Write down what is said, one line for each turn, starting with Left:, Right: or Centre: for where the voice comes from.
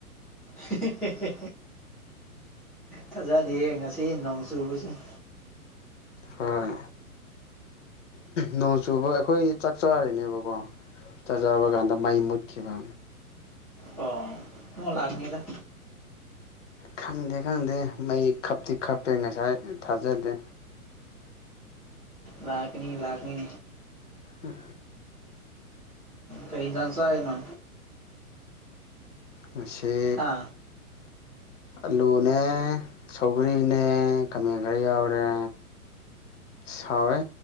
Centre: ꯍꯦ ꯍꯦ ꯍꯦ ꯊꯥꯖꯗꯦꯍꯦ ꯉꯁꯤ ꯅꯣꯡ ꯆꯨꯕꯁꯦ <unintelligible>
Left: ꯍꯣꯏ ꯅꯣꯡ ꯆꯨꯕ ꯑꯩꯈꯣꯏ ꯆꯥꯛ ꯆꯥꯔꯤꯅꯦꯕꯀꯣ ꯆꯥꯛ ꯆꯥꯕꯥ ꯀꯥꯟꯗ ꯃꯩ ꯃꯨꯠꯈꯤꯕ
Centre: ꯑꯥꯎ ꯄꯣꯠ ꯂꯥꯛꯅꯤꯗ
Left: ꯈꯪꯗꯦ ꯈꯪꯗꯦ ꯃꯩ ꯈꯞꯇꯤ ꯈꯞꯄꯦ ꯉꯁꯥꯏ ꯊꯥꯖꯗꯦ
Centre: ꯂꯥꯛꯀꯅꯤ ꯂꯥꯛꯀꯅꯤ
Left: ꯎꯝ
Centre: ꯀꯔꯤ ꯏꯟꯖꯥꯡ ꯆꯔꯤꯅꯣ
Left: ꯉꯁꯤ
Centre: ꯍꯥ
Left: ꯑꯜꯂꯨꯅꯦ ꯁꯧꯒ꯭ꯔꯤꯅꯦ ꯈꯥꯃꯦꯟ ꯈꯔ ꯌꯥꯎꯔꯦ ꯁꯥꯎꯋꯦꯍꯦ